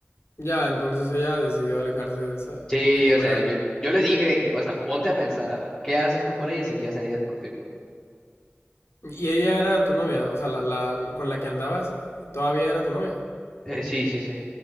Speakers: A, on the left; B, on the left.
A: ya, entonces ella decidió alejarse de esa
B: Sí,
A: y como
B: o sea,
A: era
B: yo, yo les dije de que, o sea, ponte a pensar, ¿qué haces tú por ellas y qué hacen ellas por ti? pues?
A: y ella era tu novia, o sea, la, la con la que andabas todavía era tu novia.
B: Eh, sí, sí, sí.